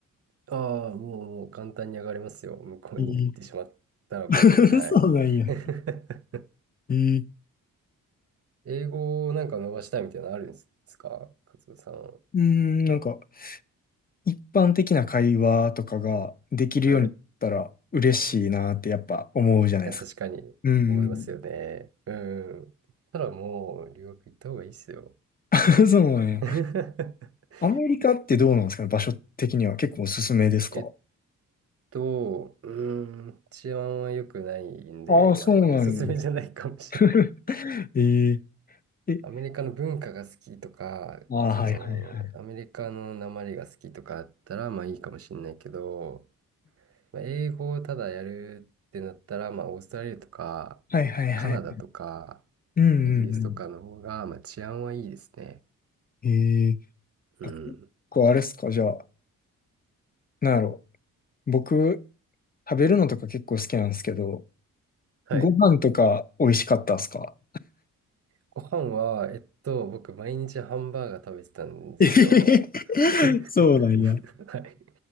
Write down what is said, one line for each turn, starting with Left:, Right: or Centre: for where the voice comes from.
Right: ああ、もう、もう簡単に上がれますよ。向こうに行ってしまったらもう、
Left: いい。<laughs>
Right: はい。
Left: そうなんや。
Right: <laughs>
Left: えー、
Right: 英語をなんか伸ばしたいみたいなのあるんですか勝子さんは。
Left: うーん、なんか、一般的な会話とかができるようになったら嬉しいなってやっぱ思うじゃないですか。
Right: はい。いや、確かに思いますよね。
Left: うんうん。
Right: うん。たらもう留学行った方がいいっすよ。
Left: <laughs> そうなんや。
Right: <laughs>
Left: アメリカってどうなんですかね場所的には結構おすすめですか
Right: えっと、うーん、治安は良くないんで、
Left: ああ、そうなんや。
Right: あんまりおすすめじゃないかもしれない。
Left: <laughs> えー、え、
Right: アメリカの文化が好きとか、
Left: ああ、
Right: その、
Left: はいはいはい。
Right: アメリカの訛りが好きとかあったら、まあいいかもしれないけど、まあ、英語をただやるってなったら、まあオーストラリアとか、
Left: はいはいはい。
Right: カナダとか、
Left: うんうんうん。
Right: イギリスとかの方が、まあ治安はいいですね。
Left: ええ
Right: うん。
Left: あ結構あれっすか、じゃあ、なんやろ。僕、食べるのとか結構好きなんですけど、
Right: はい。
Left: ご飯とか美味しかったっすか
Right: ご飯は、えっと、僕、毎日ハンバーガー食べてたんですよ。
Left: えへへへ
Right: <laughs>
Left: <laughs> そうなんや。
Right: はい。